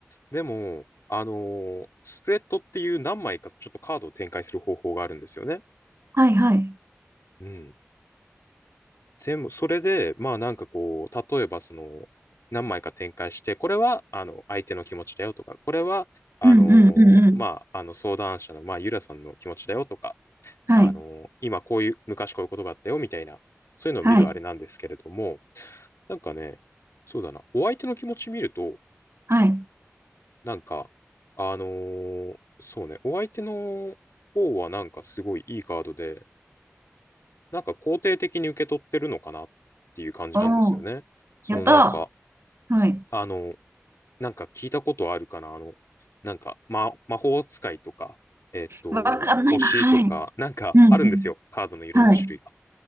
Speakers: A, on the left; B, on the right.
A: でも、あの、スプレッドっていう何枚かちょっとカードを展開する方法があるんですよね。
B: はい、はい。
A: うん。でも、それで、まあなんかこう、例えばその、何枚か展開して、これは、あの、相手の気持ちだよとか、これは、あの、
B: うんうんうんうん。
A: まあ、あの、相談者の、まあ、ゆらさんの気持ちだよとか、
B: はい、
A: あの、今こういう、昔こういうことがあったよ、みたいな、そういうのを見るあれなんですけれども、
B: はい、
A: なんかね、そうだな、お相手の気持ち見ると、
B: はい。
A: なんか、あのーそうね、お相手の方はなんかすごいいいカードで、なんか肯定的に受け取ってるのかなっていう感じなんですよね。
B: おー、
A: そのなんか、
B: やったー。はい。
A: あの、なんか聞いたことあるかな、あの、なんか、ま、魔法使いとか、えっと、
B: わかんないな。
A: 星とか、
B: はい。
A: なんかあるんですよ、
B: うんうん。
A: カードのいろんな種類が。
B: はい。